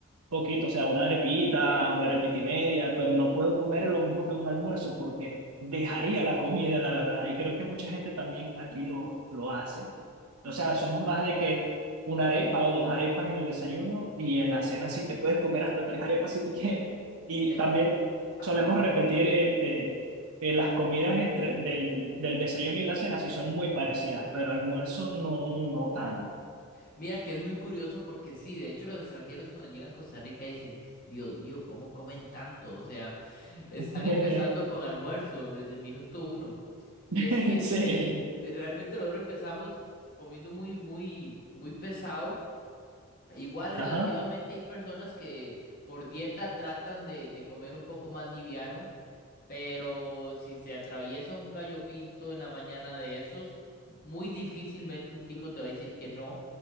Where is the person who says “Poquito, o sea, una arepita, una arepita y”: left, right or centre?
Right